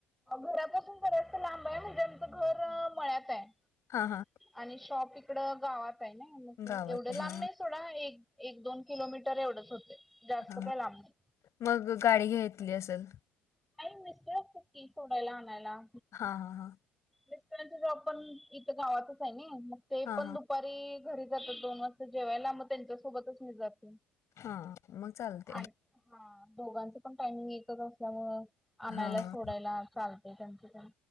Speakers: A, in the centre; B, on the left.
A: घरापासून बरचसं लांब आहे. म्हणजे आमचं घर मळ्यात आहे.
B: हा हा,
A: आणि शॉप इकडं गावात आहे न,
B: गावात
A: एवढे
B: आहे
A: लांब
B: हां हां
A: नाही. थोडा एक एक दोन किलोमीटर एवढंच होतय. जास्त
B: हां हां
A: त लांब नाही
B: मग गाडी घेतली असलं.
A: <unintelligible> सुट्टी सोडायला आणायला.
B: हा हा हा,
A: मिस्टरांचा जॉब पण इथं गावातच आहे ने मग ते
B: हां
A: पण
B: हां
A: दु दुपारी घरी जातात दोन वाजता जेवायला मग त्यांच्यासोबतच मी जाते.
B: हा मग चालते.
A: आणि हा दोघांच पण टायमिंग एकच असल्यामुळ आणायला
B: हां
A: सोडायला चालत. ते त्यांची त्यां